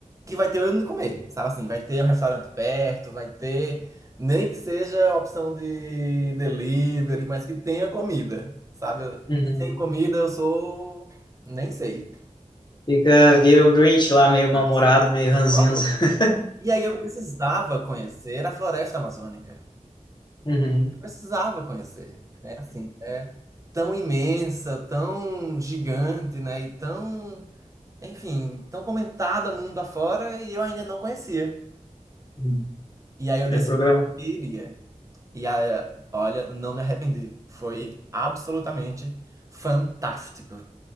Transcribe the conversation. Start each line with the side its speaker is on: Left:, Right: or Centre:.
Right: que vai ter onde comer. Sabe assim, vai ter um restaurante perto, vai ter, nem que seja a opção de delivery, mas que tenha comida. Sabe?
Left: Uhum.
Right: Sem comida eu sou. Nem sei.
Left: Fica, vira o Grinch lá, meio
Right: Ah,
Left: mal-humorado,
Right: sei.
Left: meio ranzinza.
Right: Por favor.
Left: <laughs>
Right: E aí eu precisava conhecer a floresta amazônica.
Left: Uhum.
Right: Eu precisava conhecer, né? Assim, é tão imensa, tão gigante, né? E tão enfim, tão comentada mundo afora e eu ainda não conhecia.
Left: Uhum.
Right: E aí eu
Left: Aí
Right: decidi
Left: programa.
Right: que iria. E aí, olha, não me arrependi. Foi absolutamente fantástico.